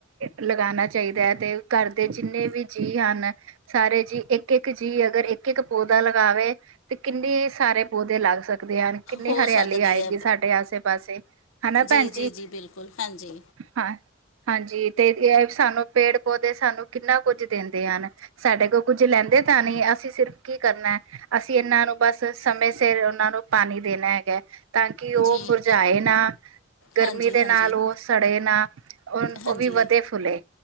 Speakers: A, on the right; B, on the left.
A: ਲਗਉਣਾ ਚਾਹੀਦਾ ਹੈ। ਤੇ ਘਰ, ਦੇ ਜਿੰਨੇ ਵੀ ਜੀਅ ਹਨ ਸਾਰੇ ਜੀਅ, ਇੱਕ -ਇੱਕ ਜੀਅ ਅਗਰ ਇੱਕ -ਇੱਕ ਪੌਦਾ ਲਗਾਵੇ। ਤੇ ਕਿੰਨੇ ਸਾਰੇ ਪੌਦੇ ਲੱਗ ਸਕਦੇ ਹਨ, ਕਿੰਨੀ
B: ਹੋ
A: ਹਰਿਆਲੀ
B: ਸਕਦੀ
A: ਆਏਗੀ।
B: ਹੈ
A: ਸਾਡੇ ਆਸੇ- ਪਾਸੇ, ਹਨਾ
B: ਜੀ,
A: ਭੈਣ
B: ਜੀ, ਜੀ, ਬਿਲਕੁਲ, ਹਾਂਜੀ,
A: ਹਾਂ ਹਾਂਜੀ, ਤੇ ਇਹ ਸਾਨੂੰ ਪੇੜ ਪੌਦੇ ਸਾਨੂੰ ਕਿੰਨਾ ਕੁੱਝ ਦਿੰਦੇ ਹਨ, ਸਾਡੇ ਕੋਲ ਕੁੱਝ ਲੈਂਦੇ ਤਾਂ ਨਹੀ, ਅਸੀਂ ਸਿਰਫ਼ ਕੀ ਕਰਨਾ। ਅਸੀਂ ਇਹਨਾਂ ਨੂੰ, ਬਸ ਸਮੇਂ ਸਿਰ, ਉਹਨਾਂ ਨੂੰ ਪਾਣੀ ਦੇਣਾ ਹੈਗਾ। ਤਾਂ ਕਿ, ਉਹ
B: ਜੀ
A: ਮੁਰਝਾਏ ਨਾ। ਗਰਮੀ
B: ਹਾਂਜੀ
A: ਦੇ
B: ਹਾਂਜੀ
A: ਨਾਲ ਉਹ ਸੜੇ ਨਾ, ਉਹ
B: ਹਾਂਜੀ
A: ਉਹ ਵੀ ਵਧੇ ਫੁਲੇ,